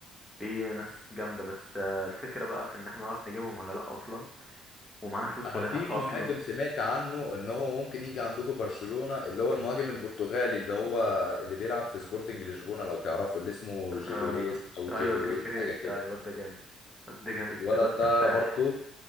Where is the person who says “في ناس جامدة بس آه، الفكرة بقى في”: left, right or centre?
Centre